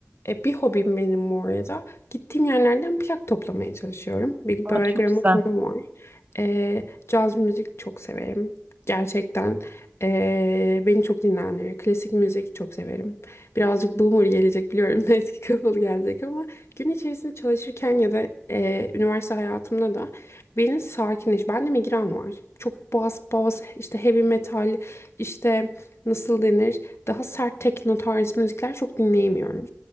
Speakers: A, on the left; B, on the right.
A: e, bir hobim benim bu arada. Gittiğim yerlerden plak toplamaya çalışıyorum. Bir
B: Aa,
A: böyle
B: çok
A: gramofonum
B: güzel.
A: var. Ee, caz müzik çok severim. Gerçekten ee, beni çok dinlendirir. Klasik müzik çok severim. Birazcık boomer gelecek biliyorum. <laughs> Eski kafalı gelecek ama gün içerisinde çalışırken ya da ee, üniversite hayatımda da Beni sakinleş. Bende migren var. Çok bas bas işte heavy metal işte nasıl denir daha sert tekno tarzı müzikler çok dinleyemiyorum.